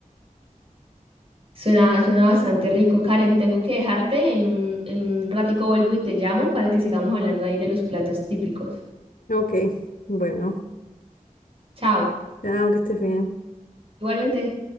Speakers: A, on the right; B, on the left.
A: Suena, suena bastante rico. Karen, tengo que dejarte. En un, en un ratico vuelvo y te llamo para que sigamos hablando ahí de los platos típicos.
B: Ok, bueno,
A: Chao.
B: chao, que estés bien.
A: Igualmente.